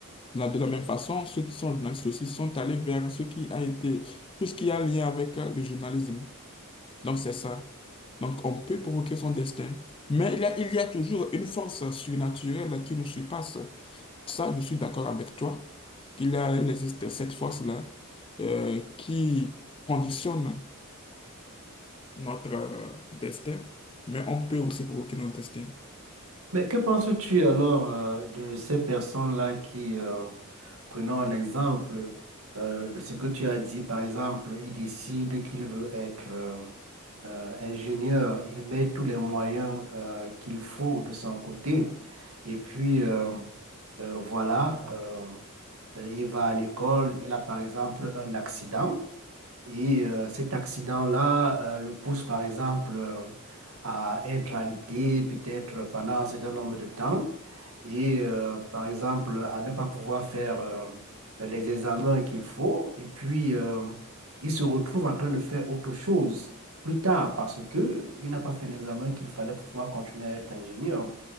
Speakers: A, on the left; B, on the right.
A: De la de la même façon, ceux qui sont journalistes aussi sont allés vers ce qui a été, tout ce qui a lié avec euh, le journalisme. Donc, c'est ça. Donc, on peut provoquer son destin, mais il y a, il y a toujours une force surnaturelle qui nous surpasse. Ça, je suis d'accord avec toi, qu'il y a, il existe cette force-là euh, qui conditionne notre euh, destin, mais on peut aussi provoquer notre destin.
B: Mais que penses-tu alors euh, de ces personnes-là qui, euh, prenons un exemple euh, de ce que tu as dit, par exemple, il décide qu'il veut être euh, euh, ingénieur, il met tous les moyens euh, qu'il faut de son côté, et puis euh, euh, voilà, euh, euh, il va à l'école, il a par exemple un accident. Et euh, cet accident-là euh, le pousse, par exemple, euh, à être alité peut-être pendant un certain nombre de temps et, euh, par exemple, à ne pas pouvoir faire euh, les examens qu'il faut. Et puis, euh, il se retrouve en train de faire autre chose plus tard parce qu'il n'a pas fait l'examen qu'il fallait pour pouvoir continuer à être ingénieur.